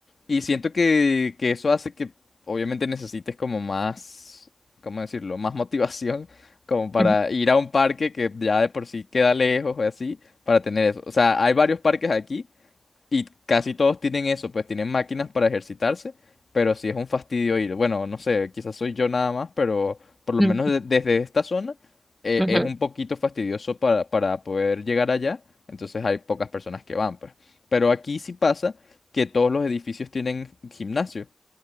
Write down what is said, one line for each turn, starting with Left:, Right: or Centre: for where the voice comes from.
Left: Y siento que, que eso hace que obviamente necesites como más, ¿cómo decirlo? Más motivación como para
Right: ujú,
Left: ir a un parque que ya de por sí queda lejos o así, para tener eso. O sea, hay varios parques aquí y casi todos tienen eso, pues tienen máquinas para ejercitarse, pero sí es un fastidio ir. Bueno, no sé, quizás soy yo nada más, pero por lo
Right: ujú,
Left: menos de- desde esta zona eh,
Right: ujú,
Left: es un poquito fastidioso para, para poder llegar allá, entonces hay pocas personas que van, pues. Pero aquí sí pasa que todos los edificios tienen gimnasio.